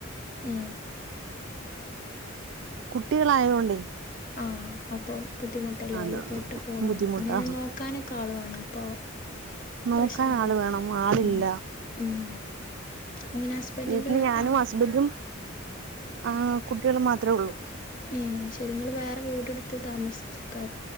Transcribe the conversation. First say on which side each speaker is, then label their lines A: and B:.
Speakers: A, on the left; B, on the right.
A: ഹേ
B: കുട്ടികളായത് കൊണ്ടേ
A: ആഹ് അപ്പൊ ബുദ്ധിമുട്ടല്ലെ
B: അത്
A: ഓലൊക്കെ ഇട്ട് പോവാന്
B: ബുദ്ധിമുട്ടാ
A: പിന്നെ നോക്കാനൊക്കെ ആള് വാണം അപ്പൊ
B: നോക്കാൻ
A: പ്രശ്നല്ല
B: ആള് വേണം ആളില്ല
A: ഉം ഉം എങ്ങനെ ഹസ്ബൻഡിന്റെ
B: വീട്ടില് ഞാനും
A: ആ
B: ഹസ്ബന്റും ആഹ് കുട്ടികളും മാത്രേ ഒള്ളു
A: ഏഹ് ശെരി ഇങ്ങള് വേറെ വീട് ഇട്ത്ത് താമസിചെക്കാ